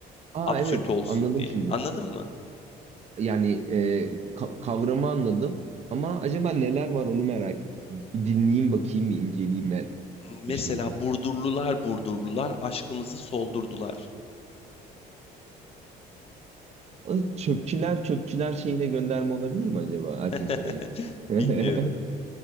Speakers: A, on the right; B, on the left.
A: Aa
B: Absürt
A: evet
B: olsun
A: anladım
B: diye.
A: şimdi.
B: Anladın mı?
A: Yani e, ka- kavramı anladım ama acaba neler var onu merak ettim. Bir dinleyeyim bakayım bir inceleyeyim ben
B: Mesela
A: bu şeyi.
B: Burdurlular Burdurlular aşkımızı soldurdular.
A: O Çöpçüler çöpçüler şeyine gönderme olabilir mi acaba Erkin
B: <laughs>
A: Koray'ı? <laughs>
B: Bilmiyorum.